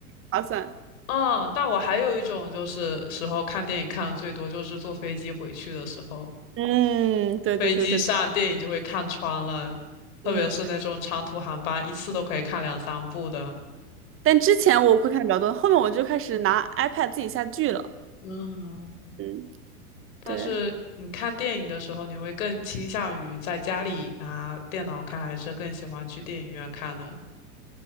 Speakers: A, on the right; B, on the left.
A: 划算。
B: 嗯，但我还有一种就是时候看电影看的最多，就是坐飞机回去的时候，
A: 嗯，对对对对对，
B: 飞机上电影就会看穿了，特别是那种长途航班，
A: 嗯，
B: 一次都可以看两三部的。
A: 但之前我会看比较多，后面我就开始拿 iPad 自己下剧了。
B: 嗯
A: 嗯，
B: 但是你看电影的时候，
A: 对。
B: 你会更倾向于在家里拿电脑看，还是更喜欢去电影院看呢？